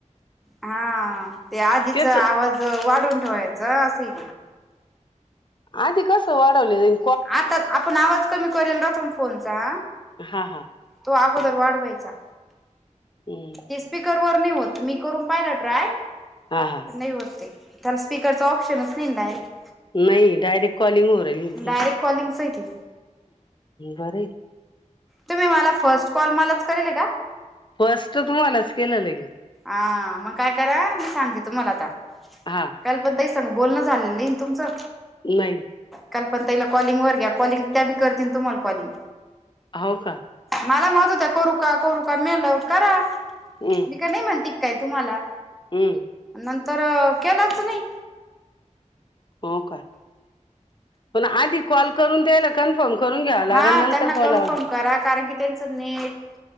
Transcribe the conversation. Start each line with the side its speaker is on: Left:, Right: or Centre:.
Centre: हा ते आधीचा
Left: तेच
Centre: आवाज वाढवून ठोया जा असती
Left: आधी कसं वाढवलेलय?
Centre: आता आपण आवाज कमी करेल राहतो ना फोनचा?
Left: हा हा
Centre: तो अगोदर वाढवायचा
Left: हम्म
Centre: ते स्पीकर वर नायी होत, मी करून पाहिला ट्राय
Left: हा हा
Centre: नाही होत ते त्याला स्पीकरचं ऑप्शनच नायी ना डायरेक्ट
Left: नायी डायरेक्ट कॉलिंग होऊ राहिलीना ती
Centre: डायरेक्ट कॉलिंगच आहे ते.
Left: बरंय
Centre: तुम्ही मला फर्स्ट कॉल मलाच करेलय का?
Left: फस्ट तुम्हालाच केलेलय
Centre: आ मग काय करा, मी सांगते तुम्हाला आता
Left: हा
Centre: कोणत्या ताईसंग बोलणं झालेलं नायी ना तुमचं?
Left: नाही
Centre: कल्पना ताईला कॉलिंग वर घ्या, कॉलिंग त्या बी करतील तुम्हाला कॉलिंग
Left: हाव का?
Centre: मला म्हणत होत्या, करु का? करु का? मी म्हणलं करा
Left: हम्
Centre: मी काय नायी म्हणती का काय तुम्हाला?
Left: हम्
Centre: नंतर केलाच नायी
Left: हो काय, पण आधी कॉल करून त्यायला कन्फर्म करून घ्यावं लागल
Centre: हा
Left: नंतर
Centre: त्यांना
Left: बोलाव
Centre: कन्फर्म
Left: लागल
Centre: करा कारण की, त्यांच नेट